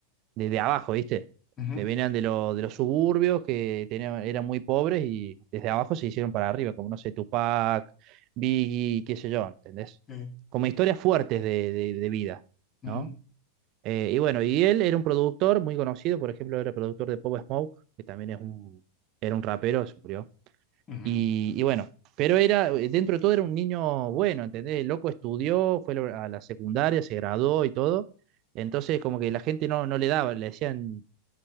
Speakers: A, on the right; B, on the left.
A: de, de abajo, ¿viste?
B: Ujú,
A: Que venían de, lo- de los suburbios, que tenían, eran muy pobres y desde abajo se hicieron para arriba, como no sé, Tupac, Biggie, qué sé yo, ¿entendés?
B: sí,
A: Como historias fuertes de, de de vida.
B: ujú,
A: ¿no? Eh, y bueno, y él era un productor muy conocido, por ejemplo, era productor de Pop Smoke, que también es un, era un rapero, se murió.
B: ujú,
A: Y, y bueno, pero era, eh, dentro de todo era un niño bueno, ¿entendés? El loco estudió, fue a la secundaria, se graduó y todo. Entonces, como que la gente no, no le daba, le decían,